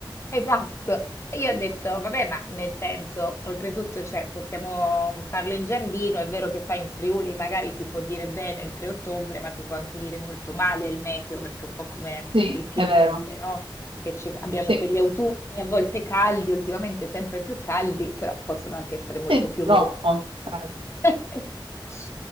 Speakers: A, on the left; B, on the right.
A: Esatto. E io ho detto, vabbè, ma nel senso, oltretutto, cioè, possiamo farlo in giardino, è vero che sai, in Friuli magari ti può dire bene il 3 ottobre, ma ti può anche dire molto male il meteo, perché è un po' come
B: Sì,
A: il Piemonte,
B: è vero.
A: no? Che ci- abbiamo
B: Sì,
A: quegli autunni a volte caldi, ultimamente sempre più caldi, però possono anche essere molto
B: sì,
A: piovosi.
B: troppo. dai,
A: <laughs>